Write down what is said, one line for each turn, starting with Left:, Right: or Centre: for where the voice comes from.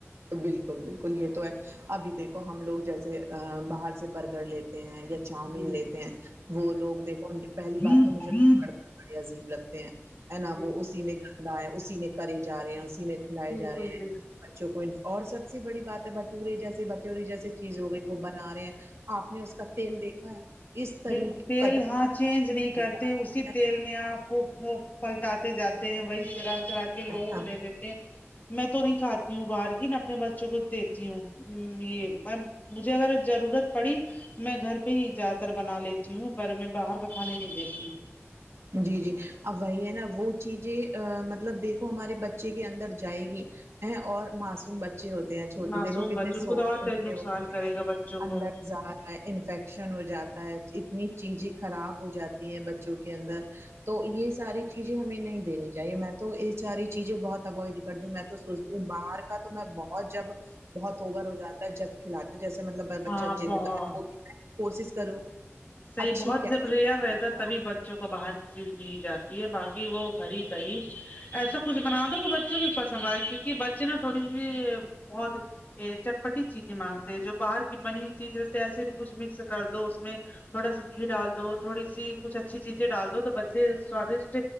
Right: بالکل بالکل یہ تو ہے ابھی دیکھو ہم لوگ جیسے باہر سے برگر لیتے ہیں یا چاؤمین
Left: جی
Right: لیتے ہیں وہ لوگ دیکھو ان کی پہلی
Left: جی
Right: بات تو مجھے
Left: جی
Right: پڑتا بڑے عجیب لگتے ہیں ہے نا
Left: جی
Right: وہ اسی میں گندا ہے اسی میں کرے جا رہے ہیں اسی میں لائے
Left: بالکل
Right: جا رہے ہیں
Left: بالکل
Right: بچوں کو اور سب سے بڑی بات ہے بٹورے جیسے بٹوری جیسے چیز ہو گئی وہ بنا رہے ہیں آپ نے اس کا تیل دیکھا ہے اس طریق
Left: بالکل تیل
Right: قدر
Left: ہاں
Right: کا
Left: چینج نہیں کرتے
Right: ہوتا
Left: اسی
Right: ہے، ہے
Left: تیل میں آپ کو وہ پلٹاتے جات وہی سرا سرا کے لوگوں
Right: نا؟
Left: کو دے دیتے ہیں میں تو نہیں کھاتی ہوں باہر کی نا اپنے ب چوں کو دیتی ہوں یہ مجھے اگر ضرورت پڑی تو میں گھر پہ ہی جاتا بنا لیتی ہوں پر میں باہر کا کھانے نہیں دیتی ہوں
Right: جی جی اب وہی ہے نا وہ چیزیں مطلب دیکھو ہمارے بچے کے اندر جائے گی ہے اور معصوم بچے ہوتے چھوٹی
Left: معصوم
Right: دیکھو کتنے
Left: بچوں ان
Right: سوفٹ
Left: کو تو اور
Right: بن
Left: تیز
Right: کے
Left: نقصان
Right: ہوتے
Left: کرے
Right: ہیں
Left: گا بچوں
Right: اندر
Left: کو
Right: جا رہا انفیکشن ہو جاتا ہے اتنی چیزیں خراب ہو جاتی ہیں ب چوں کے اندر تو یہ ساری چیزیں ہمیں نہیں دینی چاہیے میں تو یہ ساری چیزیں بہت اوائڈ کرتی ہوں میں تو سوچتی ہوں باہر تو میں بہت جب بہت اوور ہو جاتا ہے جب کھلاتی ہوں جیسے مطلب بچہ
Left: ہاں
Right: ضد
Left: بہت
Right: کرے وہ بھی میں کوشش کروں
Left: صحیح
Right: اچھے
Left: بہت
Right: کیفے
Left: جب ریر رہتا تبھی ب چوں کو باہر کی چیز دی جاتی ہے باقی وہ گھر ہی کہیں ایسا کچھ بنا دو کہ بچوں کو پسند آئے کیونکہ بچے نا تھوڑی سی بہت یہ چٹپٹی چیزیں مانگتے جو باہر کی بنی ہوئی چیز رہتی ہے ایسے بھی کچھ مکس کر دو اس میں تھوڑا سا گھی ڈال دو تھوڑی سی کچھ اچھی چیزیں ڈال دو تو بچے سوادشٹ